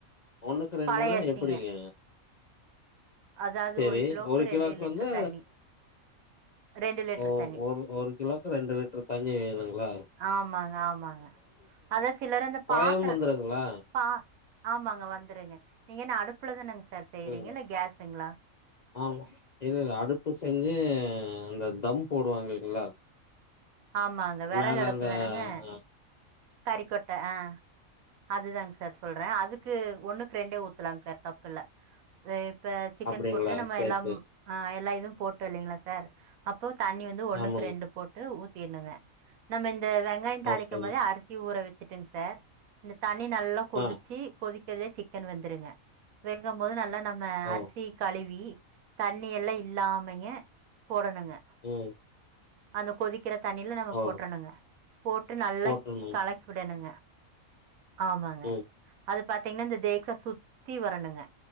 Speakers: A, on the left; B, on the right.
A: ஒன்னுக்கு ரெண்டுனா
B: பழைய அரிசிங்க
A: எப்டிங்க
B: அதாவது
A: செரி ஒரு கிலோக்கு
B: ரெண்டு லிட்டர்
A: வந்து
B: தண்ணி ரெண்டு லிட்டர்
A: ஓ
B: தண்ணி
A: ஒரு ஒரு கிலோக்கு ரெண்டு லிட்ரு தண்ணி வேணுங்ளா
B: ஆமாங்க ஆமாங்க அதா சிலரு அந்த
A: கொழையாம
B: பாத்திர
A: வந்துருங்களா
B: பா ஆமாங்க வந்துருங்க நீங்க என்ன அடுப்புல தானங்க சார் செய்ரிங்க
A: ம்.
B: இல்ல கேஸ்சுங்கள
A: ஆமா இல்லல அடுப்பு செஞ்சி அந்த தம் போடுவாங்க இல்லைங்களா
B: ஆமாங்க விறகு
A: மேல
B: அடுப்பு
A: அந்த
B: தானங்க
A: அ
B: கறிக்கொட்ட ஆ அதுதாங்க சார் சொல்ற அதுக்கு ஒன்னுக்கு ரெண்டே ஊத்தலாங் சார் தப் பில்ல அது இப்ப சிக்கன்
A: அப்டிங்களா
B: போட்டு நம்ம
A: சேரி
B: எல்லாம்
A: சேரி
B: ஆ எல்லா இதும் போட்டோ இல்லைங்ளா சார் அப்போ தண்ணி வந்து ஒண்ணுக்கு
A: ஆமாங்க
B: ரெண்டு போட்டு ஊத்திருனுங்க நம்ம இந்த வெங்காயோ தாளிக்கு
A: ஓகேங்க
B: போதே அரிசிய ஊற வச்சிட்டுங்க சார் இந்த தண்ணி நல்லா கொதிச்சி
A: ஆ
B: கொதிக்றலே சிக்கன் வெந்துருங்க வெங்கும் போது நல்லா நம் ம
A: ஓ
B: அரிசி கழுவி தண்ணி எல்லா இல்லாமங்கே போடணுங்க
A: ம்
B: அந்த கொதிக்கிற தண்ணியில நம்ம
A: ஓ
B: போட்டுரணுங்க போட்டு நல்லா
A: போட்றணு
B: <unintelligible> விடனுங்க ஆமாங்க
A: ம்
B: அது பார்த்தீங்கன்னா இந்த தேக்சா சுத்தி வரணுங்க